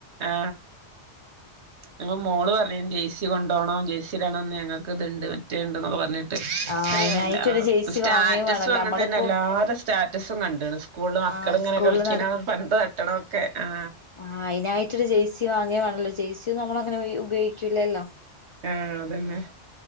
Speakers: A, on the right; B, on the left.
A: ആ ഞങ്ങളെ മോള് പർഞ്ഞീന്നു ജെയ്സ് റ്റ് കൊണ്ടോണം ജേസിടണം ന്ന് ഞങ്ങക്ക്‌ത്ണ്ട് മറ്റേണ്ട് ന്നൊക്കെ പർഞ്ഞീന്നു
B: ആഹ്
A: അത്രയല്ല
B: അയിനായിട്ടൊരു ജേഴ്സി
A: സ്റ്റാറ്റസും
B: വാങ്ങുകയും വേണല്ലോ
A: അങ്ങൻത്തെന്നെ
B: നമ്മളിപ്പോ
A: എല്ലാരെ സ് സ്റ്റാറ്റസും കണ്ട്ണ് സ്കൂളില്
B: ആഹ്
A: മക്കള് ങ്ങനെ
B: സ്കൂളിൽ
A: കളിക്കണ പന്ത് തട്ട്ണൊക്കെ ആ
B: ആ അയിനായിട്ടൊരു ജേയ്സി വാങ്ങാണല്ലോ ജേയ്സി ഒന്നും നമ്മളങ്ങനെ ഉപയോഗിക്കൂലല്ലോ
A: ആ അതെന്നെ